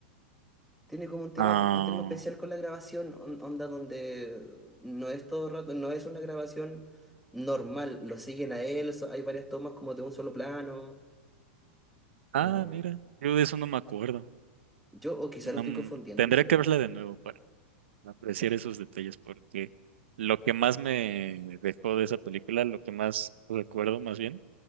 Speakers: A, in the centre; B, on the right.
A: Tiene como un tema,
B: Ah,
A: un tema especial con la grabación, on- onda donde no es todo el rato, no es una grabación normal, lo siguen a él, so- hay varias tomas como de un solo plano,
B: ah,
A: o no.
B: mira, yo de eso no me acuerdo.
A: Yo, o quizá
B: No,
A: lo estoy
B: m-
A: confundiendo
B: tendré
A: en realidad.
B: que verla de nuevo para. apreciar esos detalles porque lo que más me dejó de esa película, lo que más recuerdo más bien,